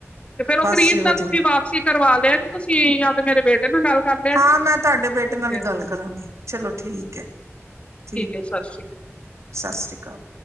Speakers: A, on the left; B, on the right.
A: ਤੇ ਫੇਰ ਉਹ
B: ਬਸ
A: ਕਰੀਮ
B: ਜੀ
A: ਦਾ
B: ਵਧੀਆ।
A: ਤੁਸੀਂ ਵਾ ਤੁਸੀਂ ਕਰਵਾ ਲਿਆ ਜੇ, ਤੁਸੀਂ ਯਾ ਤੇ ਮੇਰੇ ਬੇਟੇ ਨਾਲ ਗੱਲ ਕਰ ਲਿਆ
B: ਹਾਂ
A: ਜੀ
B: ਮੈਂ ਤੁਹਾਡੇ ਬੇਟੇ ਨਾਲ
A: ਤੇ
B: ਹੀ ਗੱਲ ਕਰਾਂਗੀ, ਚਲੋ ਠੀਕ ਹੈ ਠੀਕ
A: ਹੈ ਸਤਿ ਸ਼੍ਰੀ ਅਕਾਲ
B: ਸਤਿ ਸ਼੍ਰੀ ਅਕਾਲ